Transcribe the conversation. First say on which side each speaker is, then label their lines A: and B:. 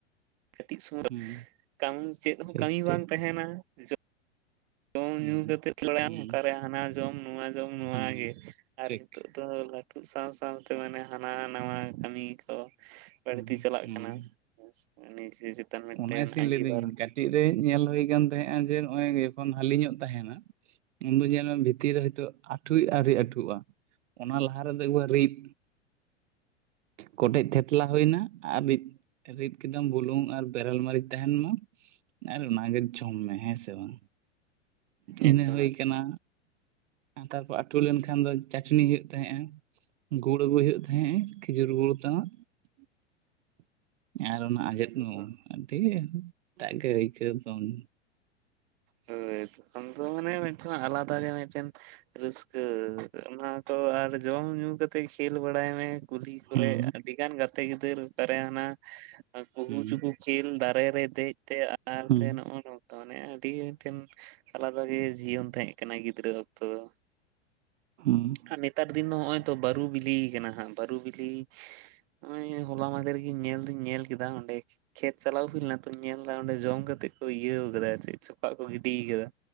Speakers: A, on the right; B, on the right.
A: ᱠᱟᱹᱴᱤᱡ ᱥᱚᱢᱚᱭ
B: ᱦᱩᱸ
A: ᱪᱮᱜ ᱦᱚᱸ
B: ᱴᱷᱤᱠ
A: ᱠᱟᱹᱢᱤ
B: ᱴᱷᱤᱠ
A: ᱵᱟᱝ ᱛᱟᱦᱮᱱᱟ ᱡᱚ ᱡᱚᱢ
B: ᱦᱩᱸ
A: ᱧᱩ ᱠᱟᱛᱮᱟᱭᱟᱢ
B: ᱦᱩᱸ
A: ᱚᱠᱟᱨᱮ ᱦᱟᱱᱟ ᱡᱚᱢ ᱱᱚᱣᱟ ᱡᱚᱢ ᱱᱚᱣᱟ
B: ᱦᱩᱸ
A: ᱜᱮ ᱟᱨ
B: ᱴᱷᱤᱠ
A: ᱦᱤᱛᱳᱜ ᱛᱚ ᱞᱟᱹᱴᱩ ᱥᱟᱶ ᱥᱟᱶᱛᱮ ᱢᱟᱱᱮ ᱦᱟᱱᱟ ᱱᱟᱣᱟ ᱠᱟᱹᱢᱤ ᱠᱚ ᱵᱟᱹᱲᱛᱤ
B: ᱦᱩᱸ
A: ᱪᱟᱞᱟᱜ
B: ᱦᱩᱸ
A: ᱠᱟᱱᱟ <unintelligible>
B: ᱚᱱᱟ ᱜᱮᱥᱮᱧ
A: ᱟᱸᱜᱤᱵᱷᱟᱨ
B: ᱞᱟᱹᱭᱫᱟᱹᱧ ᱠᱟᱹᱴᱤᱜ ᱨᱮ ᱧᱮᱞ ᱦᱳᱭ ᱠᱟᱱ ᱛᱟᱦᱮᱜᱼᱟ ᱡᱮ ᱱᱚᱜᱼᱚᱭ ᱡᱚᱠᱷᱚᱱ ᱦᱟᱹᱞᱤ ᱧᱚᱜ ᱛᱟᱦᱮᱱᱟ ᱩᱱ ᱫᱚ ᱧᱮᱞ ᱢᱮ ᱵᱷᱤᱛᱤᱨ ᱨᱮ ᱦᱚᱭᱛᱚ ᱟᱴᱷᱩᱭ ᱟᱹᱣᱨᱤ ᱟᱴᱷᱩᱜᱼᱟ᱾ ᱚᱱᱟ ᱞᱟᱦᱟ ᱨᱮᱫᱚ ᱮᱠᱵᱟᱨ ᱨᱤᱫᱽ᱾ ᱠᱚᱴᱮᱡ ᱛᱷᱮᱛᱞᱟ ᱦᱳᱭᱱᱟ ᱟᱨ ᱨᱤᱫᱽ-ᱨᱤᱫᱽ ᱠᱮᱫᱟᱢ ᱵᱩᱞᱩᱝ ᱟᱨ ᱵᱮᱨᱮᱞ ᱢᱟᱹᱨᱤᱪ ᱛᱟᱦᱮᱱ ᱢᱟ ᱟᱨ ᱚᱱᱟᱜᱮ ᱡᱚᱢ ᱢᱮ ᱦᱮᱸ ᱥᱮ ᱵᱟᱝ
A: ᱮᱠᱫᱚᱢ
B: ᱤᱱᱟᱹ ᱦᱳᱭ ᱠᱟᱱᱟ ᱛᱟᱨᱯᱚᱨ ᱟᱹᱴᱩ ᱞᱮᱱᱠᱷᱟᱱ ᱫᱚ ᱪᱟᱹᱴᱱᱤ ᱦᱳᱭᱳᱜ ᱛᱟᱦᱮᱸᱜᱼᱟ᱾ ᱜᱩᱲ ᱟᱹᱜᱩᱭ ᱦᱩᱭᱩᱜ ᱛᱟᱦᱮᱸᱜ ᱠᱷᱤᱡᱩᱨ ᱜᱩᱲ ᱛᱟᱱᱟᱜ
A: <inaudible>
B: ᱟᱨ ᱚᱱᱟ ᱟᱡᱸᱮᱫ
A: ᱮᱠᱫᱚᱢ
B: ᱢᱚᱸ ᱟᱹᱰᱤ ᱮᱴᱟᱜ ᱜᱮ ᱟᱹᱭᱠᱟᱹᱣ ᱫᱚᱝ
A: ᱦᱳᱭ ᱛᱚᱠᱷᱚᱱ ᱫᱚ ᱢᱟᱱᱮ ᱢᱤᱫᱴᱮᱱ ᱟᱞᱟᱫᱟ ᱜᱮ ᱢᱤᱫᱴᱮᱱ ᱨᱟᱹᱥ ᱠᱟᱹ ᱚᱱᱟ ᱠᱚ ᱟᱨ ᱡᱚᱢ ᱧᱩ ᱠᱟᱛ ᱛᱮ ᱠᱷᱮᱞ ᱵᱟᱲᱟᱭ ᱢᱮ, ᱠᱩᱞᱦᱤ ᱠᱚᱨᱮ
B: ᱦᱩᱸ
A: ᱟᱹᱰᱤ ᱜᱟᱱ ᱜᱟᱛᱮ ᱜᱤᱫᱟᱹᱨ ᱯᱟᱨᱮ ᱦᱟᱱᱟ ᱟᱨ ᱠᱩᱦᱩᱪᱩᱠᱩ
B: ᱦᱩᱸ
A: ᱠᱷᱮᱞ ᱫᱟᱨᱮ ᱨᱮ ᱫᱮᱡ ᱛᱮ ᱟᱨ
B: ᱦᱩᱸ
A: ᱛᱮ ᱱᱚᱜᱼᱚᱭ ᱱᱚᱝᱠᱟ ᱢᱟᱱᱮ ᱟᱹᱰᱤ ᱴᱷᱮᱱ ᱟᱞᱟᱫᱟ ᱜᱮ ᱡᱤᱭᱚᱱ ᱛᱟᱦᱮᱸᱜ ᱠᱟᱱᱟ ᱜᱤᱫᱽᱨᱟᱹ ᱚᱠᱛᱚ ᱫᱚ᱾
B: ᱦᱩᱸ
A: ᱟᱨ ᱱᱮᱛᱟᱨ ᱫᱤᱱ ᱫᱚ ᱱᱚᱜᱼᱚᱭ ᱛᱚ ᱵᱟᱹᱨᱩ ᱵᱤᱞᱤ ᱠᱟᱱᱟ ᱦᱟᱸᱜ ᱵᱟᱹᱨᱩ ᱵᱤᱞᱤ ᱱᱚᱜᱼᱚᱭ ᱦᱚᱞᱟ ᱢᱟᱫᱷᱮᱨᱚᱜ ᱧᱮᱞ ᱫᱩᱧ ᱧᱮᱞ ᱠᱮᱫᱟ ᱚᱸᱰᱮ ᱠᱷᱮᱛ ᱪᱟᱞᱟᱣ ᱦᱩᱭ ᱞᱮᱱᱟ ᱛᱚ ᱧᱮᱞ ᱫᱟ ᱚᱸᱰᱮ ᱡᱚᱢ ᱠᱟᱛᱮᱜ ᱠᱚ ᱤᱭᱟᱹ ᱠᱟᱫᱟ ᱪᱮᱜ ᱪᱚᱠᱟᱜ ᱠᱚ ᱜᱤᱰᱤ ᱠᱟᱫᱟ᱾